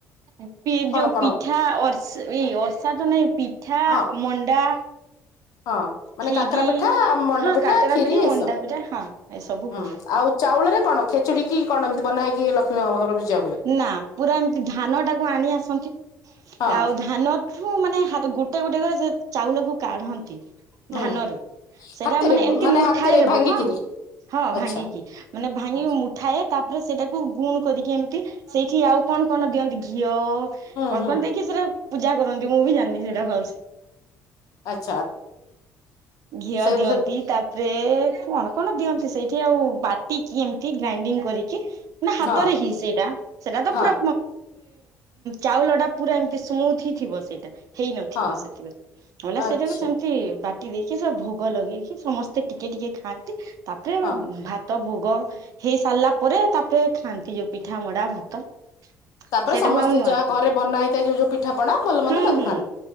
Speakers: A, on the right; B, on the left.
A: ପି
B: କଣ
A: ଯୋଉ
B: କଣ
A: ପିଠା ଏଇ ଅର୍ଷା ତ ନାଇଁ ପିଠା
B: ହଁ
A: ମଣ୍ଡା
B: ହଁ ମାନେ
A: ଖିରି
B: କାକରା ପିଠା ମଣ୍ଡା
A: ହଁ
B: ପିଠା
A: କାକରା
B: ଖ୍ଷିରି
A: ମଣ୍ଡା
B: ଏସବୁ
A: ପିଠା ହଁ ଏସବୁ ହୁଏ
B: ହୁଁ ଆଉ ଚାଉଳରେ କଣ ଖେଚୁଡି କି କଣ ଏମତି ବନା ହେକି ଲକ୍ସମିଙ୍କ ପାଖରେ ପୂଜା ହୁଏ।
A: ନା ପୁରା ଏମିତି ଧାନ ଟାକୁ ଆଣି ଆସନ୍ତି
B: ହଁ
A: ଆଉ ଧାନ ଠୁ ମାନେ ଗୋଟେ ଗୋଟେ କ ରି ସେ ଚାଉଳକୁ କାଢନ୍ତି
B: ହୁଁ
A: ଧାନରୁ। ସେଇଟା
B: ହାତରେ
A: ମାନେ ଏମିତି ମୁଠାଇ
B: ହାତରେ
A: ହେବ
B: ଭାଙ୍ଗିକିରି
A: ହଁ ହଁ
B: ଆଚ୍ଛା
A: ଭାଙ୍ଗିକି ମାନେ ଭାଙ୍ଗି
B: ଆଚ୍ଛା।
A: ମୁ ଠାଏ ତାପରେ ସେଇଟାକୁ ଗୁଣ କରିକି ଏମିତି ସେଇଠି ଆଉ କଣ କଣ ଦିଅନ୍ତି ଘିଅ
B: ହୁଁ
A: କଣ
B: ହୁଁ
A: କଣ ଦେଇକି ସେଟା ପୂଜା କରନ୍ତି ମୁଁ ବି ଜାଣିନି ସେଇଟା ଭଲସ।
B: ଆଚ୍ଛା
A: ଘିଅ
B: ସେ
A: ଦିଅନ୍ତି।
B: ସେ
A: ତାପରେ କଣ କଣ ଦିଅନ୍ତି ସେଇଠି ଆଉ ବାଟିକି ଏମିତି ଗ୍ରାଇଣ୍ଡିଙ୍ଗ କରିକି ନା ହାତରେ
B: ହଁ
A: ହିଁ ସେଇଟା ସେଇଟା ତ
B: ହଁ
A: ପୁରା ଚାଉଳ ଟା ପୁରା ଏମିତି ସ୍ମୁଥ ହି ଥିବ ସେଇଟା। ହେଇନଥିବ
B: ହଁ
A: ସେଥିପାଇଁ ମଲା
B: ଆଚ୍ଛା
A: ସେଟାକୁ ସେମ ବାଟି ଦେଇକି ସେ ଭୋଗ ଲଗେଇକି ସମସ୍ତେ ଟିକେ ଟିକେ ଖାଆନ୍ତି ତାପରେ
B: ହଁ।
A: ଭା ତ ଭୋଗ ହେଇ ସାରିଲା ପରେ ତାପରେ ଖାଆନ୍ତି ଯୋଉ ପିଠା ମଡା ଭାତ।
B: ତାପରେ
A: ସେଇଟାକୁ
B: ସମସ୍ତେ
A: ଆମ ନୂଆଖାଇ
B: ଯାହା ଘରେ ବନା ହେଇଥାଏ ଯୋଉ ଯୋଉ ପିଠାପଣା ଭଲ ମନ୍ଦ
A: ହୁଁ
B: ତାକୁ
A: ହୁଁ
B: ଖାଆନ୍ତି।